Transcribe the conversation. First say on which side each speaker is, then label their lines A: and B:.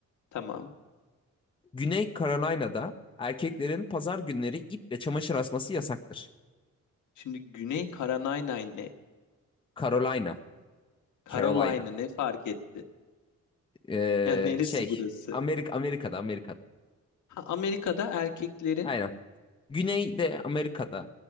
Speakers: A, on the left; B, on the left.
A: Tamam.
B: Güney Carolina'da erkeklerin pazar günleri iple çamaşır asması yasaktır.
A: Şimdi Güney Carolina ne?
B: Carolina,
A: Carolina
B: Carolina.
A: ne fark etti?
B: Ee,
A: Yani neresi
B: şey
A: burası?
B: Amerika Amerika'da Amerika'da.
A: Ha, Amerika'da erkeklerin
B: Aynen. Güneyde Amerika'da